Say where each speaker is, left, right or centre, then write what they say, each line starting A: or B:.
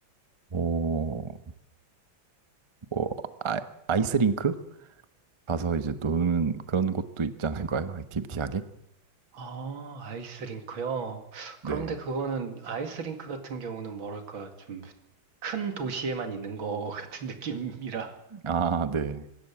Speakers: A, on the right; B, on the right.
A: 뭐, 뭐, 아, 아이스링크? 가서 이제 노는 그런 곳도 있지 않을까요? 액티비티 하게?
B: 아, 아이스링크요. 그런데
A: 네.
B: 그거는 아이스링크 같은 경우는 뭐랄까, 좀 큰 도시에만 있는 것 같은 <laughs> 느낌이라.
A: 아, 네.